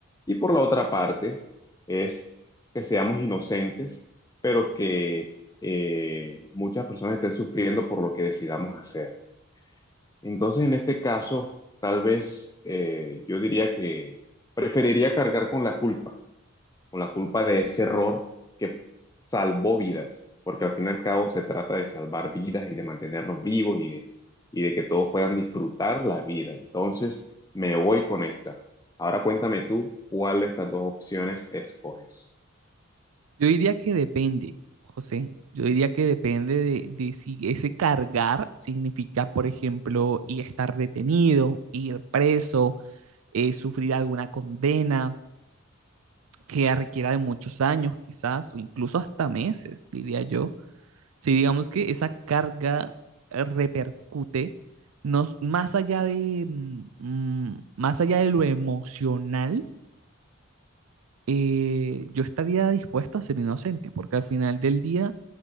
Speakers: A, on the left; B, on the right.
A: Y por la otra parte, es que seamos inocentes, pero que eh, muchas personas estén sufriendo por lo que decidamos hacer. Entonces, en este caso, tal vez eh, yo diría que preferiría cargar con la culpa o la culpa de ese error que salvó vidas, porque al fin y al cabo se trata de salvar vidas y de mantenernos vivos y de, y de que todos puedan disfrutar la vida. Entonces, me voy con esta. Ahora cuéntame tú cuál de estas dos opciones escoges.
B: Yo diría que depende, José. Yo diría que depende de, de si ese cargar significa, por ejemplo, ir a estar detenido, ir preso, eh, sufrir alguna condena que requiera de muchos años, quizás, o incluso hasta meses, diría yo. Si digamos que esa carga repercute nos, más allá de, mm, mm, más allá de lo emocional, eh, yo estaría dispuesto a ser inocente, porque al final del día